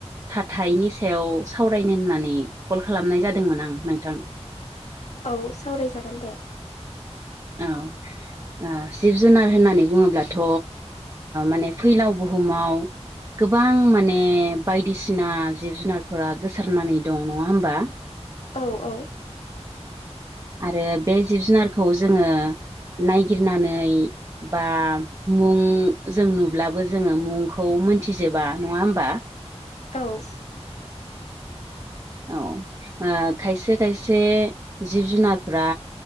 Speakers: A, on the right; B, on the left.
A: थाथायनि सायाव सावरायनो होननानै कल खालामनाय जादों जादोंमोन आं नोंथां
B: औ सावरायजागोन दे
A: औ जिब जुनार होननानै बुङोब्लाथ' माने फैलाव बुहुमाव गोबां माने बायदिसिना जिब जुनारफोरा गोसारनानै दं नङा होमबा
B: औ औ।
A: आरो बे जिब जुनारखौ जोङो नायगिरनानै बा मुं जों नुब्लाबो जोङो मुंखौ मोनथिजोबा नङा होमबा
B: औ।
A: औ खायसे खायसे जिब जुनारफोरा